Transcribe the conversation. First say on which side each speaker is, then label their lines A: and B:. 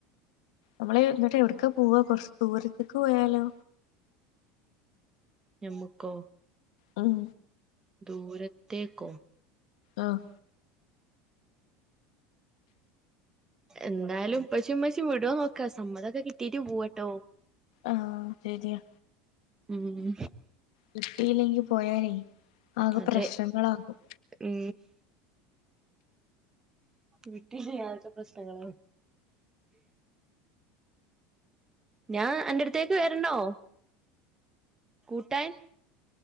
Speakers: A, on the left (about 85°); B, on the right (about 15°).
A: മ്മള് എന്നിട്ട് എവിടക്കാ പോവാ? കൊറച്ച് ദൂരത്തേക്ക് പോയാലോ?
B: ഞമ്മക്കോ?
A: ഉം.
B: ദൂരത്തേക്കോ?.
A: ആഹ്
B: എന്തായാലും ഉപ്പച്ചിയും ഉമ്മച്ചിയും വിടോ നോക്കാ. സമ്മതൊക്കെ കിട്ടീട്ട് പോവാട്ടോ.
A: ആഹ ശരിയാ
B: ഉം
A: കിട്ടിയില്ലെങ്കി പോയാലേ ആകെ
B: അതെ
A: പ്രശ്നങ്ങളാകും
B: ഉ വീട്ടിനകത്തെ പ്രശ്നങ്ങള ഞാൻ അന്റെറ അടുത്തേക്ക് വരണോ കൂട്ടാൻ